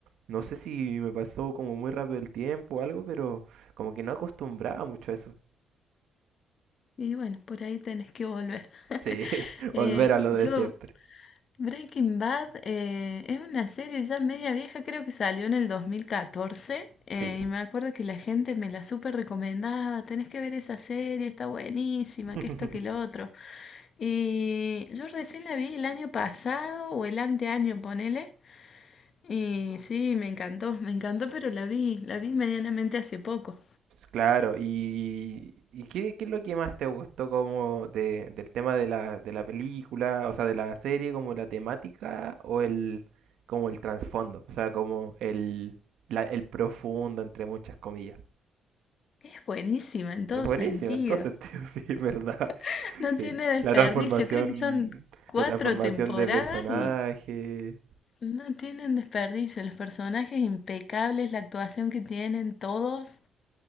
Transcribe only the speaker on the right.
no sé si me pasó como muy rápido el tiempo o algo, pero como que no acostumbraba mucho a eso.
Sí, <laughs>
volver a lo
de siempre.
Sí.
<laughs>
Claro, y, y qué, qué es lo que más te gustó como de, del tema de la, de la película, o sea, de la serie, como la temática o el, como el trasfondo, o sea, como el, la- el profundo, entre muchas comillas.
Es buenísimo,
entonces, tío, <laughs> sí, es verdad,
sí.
La transformación,
la transformación
de personaje.